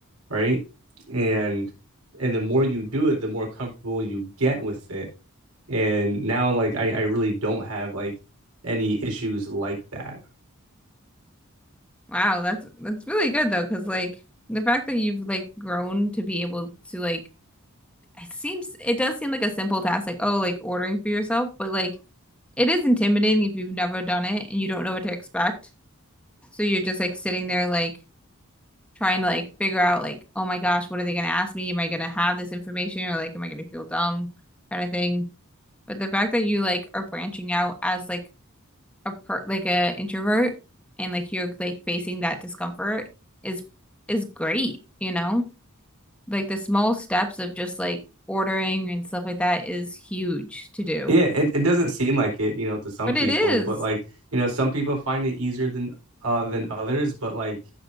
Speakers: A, on the right; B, in the centre.
A: right? And and the more you do it, the more comfortable you get with it. And now, like, I, I really don't have like any issues like that.
B: Wow, that's that's really good though, because like the fact that you've like grown to be able to like it seems it does seem like a simple task, like oh, like ordering for yourself, but like it is intimidating if you've never done it and you don't know what to expect. So you're just like sitting there like trying to like figure out like, oh my gosh, what are they gonna ask me? Am I gonna have this information or like am I gonna feel dumb kind of thing. But the fact that you like are branching out as like a per like a introvert and like you're like facing that discomfort is is great, you know? Like the small steps of just like ordering and stuff like that is huge to do.
A: Yeah, it, it doesn't seem like it, you know, to some
B: But
A: people,
B: it is,
A: but like, you know, some people find it easier than uh than others, but like